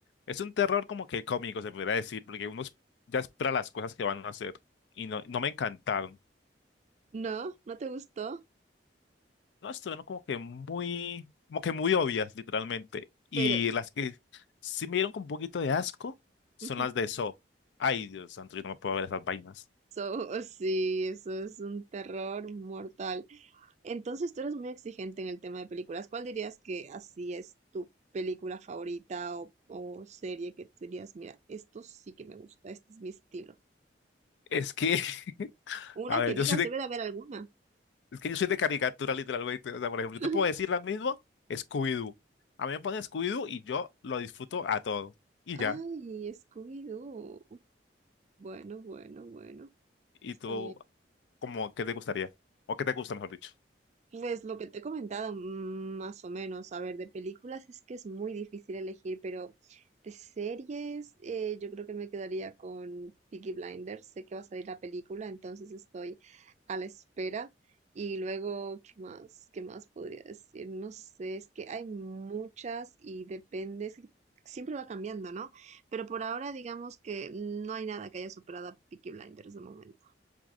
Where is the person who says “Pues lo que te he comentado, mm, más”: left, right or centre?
Right